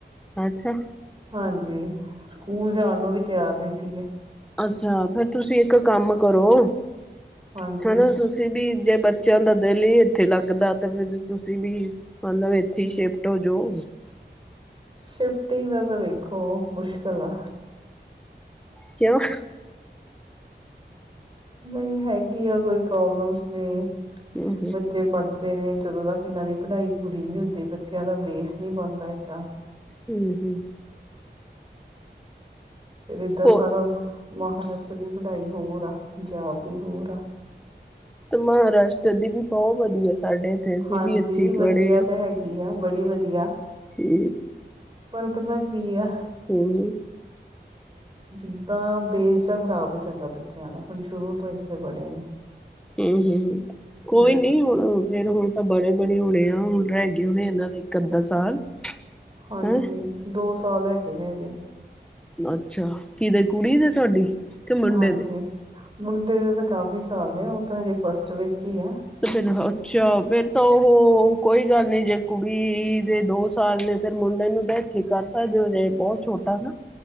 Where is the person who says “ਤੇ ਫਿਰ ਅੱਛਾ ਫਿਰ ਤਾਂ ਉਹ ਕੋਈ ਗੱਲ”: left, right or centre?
Centre